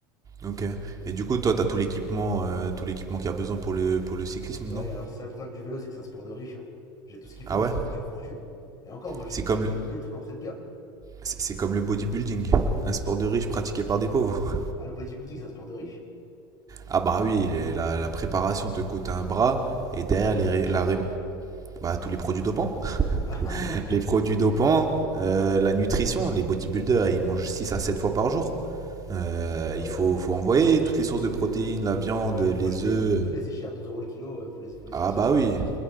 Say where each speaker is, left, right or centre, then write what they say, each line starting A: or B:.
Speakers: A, on the right; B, on the left.
A: ok. Et du coup, toi, t'as tout l'équipement, euh, tout l'équipement qu'il y a besoin pour le, pour le cyclisme,
B: Ouais,
A: non?
B: alors c'est ça le problème du vélo, c'est que c'est un sport de riche. hein. J'ai tout ce qu'il faut,
A: Ah
B: mais
A: ouais?
B: ça coûte une fortune. Et encore, moi j'ai
A: C'est
B: j'ai
A: comme
B: acheté
A: le,
B: que des trucs entrée de gamme.
A: c'est c'est comme le bodybuilding, un sport de riche pratiqué par des pauvres.
B: Ah, le bodybuilding, c'est un sport de riche
A: Ah bah oui, les- la, la préparation te coûte un bras et derrière
B: Y a quoi
A: les,
B: qui coûte
A: ré-
B: cher
A: la, ré- bah, tous les produits dopants.
B: Ah
A: <laughs>
B: <laughs> ouais
A: Les produits dopants, euh, la nutrition, les bodybuilders, ils mangent 6 à 7 fois par jour. Euh,
B: Ah
A: il
B: ouais
A: faut, faut envoyer toutes les
B: Oui,
A: sources
B: oui,
A: de protéines,
B: oui. oui.
A: la viande,
B: Il faut, il
A: les
B: faut acheter.
A: œufs.
B: faut- le poulet, c'est cher, 12 euros le kilo, euh, faut les, faut les
A: Ah
B: sortir
A: bah
B: quoi.
A: oui.